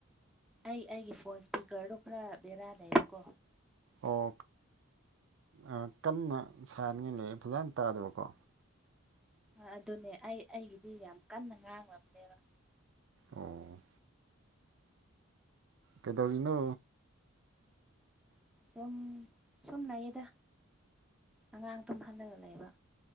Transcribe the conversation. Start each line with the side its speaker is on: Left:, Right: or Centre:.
Centre: ꯑꯩ ꯑꯩꯒꯤ ꯐꯣꯟ ꯁ꯭ꯄꯤꯀꯔꯗꯣ ꯈꯔ ꯕꯦꯔꯥ ꯂꯩꯕꯀꯣ
Right: ꯑꯣ ꯑ ꯀꯟꯅ ꯁꯥꯅꯤꯡꯉ ꯂꯩ ꯐꯖꯟ ꯇꯥꯗꯕꯀꯣ
Centre: ꯍ ꯑꯗꯨꯅꯦ ꯑꯩ ꯑꯩꯒꯤꯗꯤ ꯌꯥꯝ ꯀꯟꯅ ꯉꯥꯡꯂꯝꯅꯦꯕ
Right: ꯑꯣ ꯀꯩꯗꯧꯔꯤꯅꯣ
Centre: ꯁꯨꯝ ꯁꯨꯝ ꯂꯩꯌꯦꯗ ꯑꯉꯥꯡ ꯇꯨꯝ ꯍꯜꯂꯒ ꯂꯩꯕ